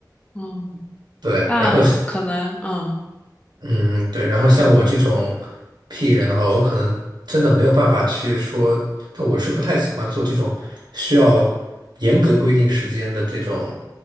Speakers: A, on the left; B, on the right.
A: 嗯，
B: 对，
A: 但可能嗯
B: 然后嗯，对。然后像我这种 P 人的话，我可能真的没有办法去说，但我是不太喜欢做这种需要严格规定时间的这种